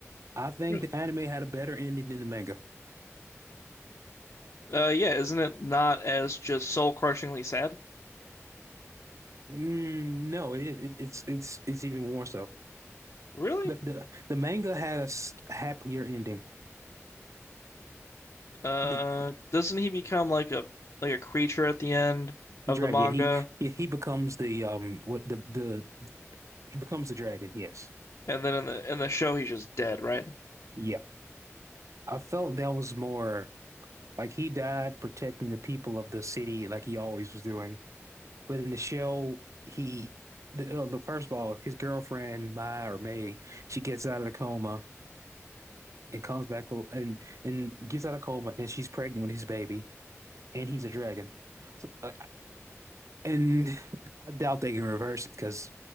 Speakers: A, on the right; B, on the left.
A: I think
B: Really?
A: the anime had a better ending than the manga.
B: uh, yeah, isn't it not as just soul crushingly sad?
A: Mm, no, it, it it's it's it's even more so.
B: Really?
A: The, the the manga had a s- happier ending.
B: Uh,
A: The
B: doesn't he become like a like a creature at the end
A: The
B: of
A: dragon.
B: the manga?
A: Yeah, He, he he becomes the um what the the he becomes the dragon. Yes.
B: And then in the in the show, he's just dead, right?
A: Yeah. I felt that was more like he died protecting the people of the city like he always was doing. But in the show, he the, uh, the first ball, his girlfriend, Mai or May, she gets out of the coma and comes back to, and and gets out of coma and she's pregnant with his baby and he's a dragon. So, uh, and I doubt they can reverse it because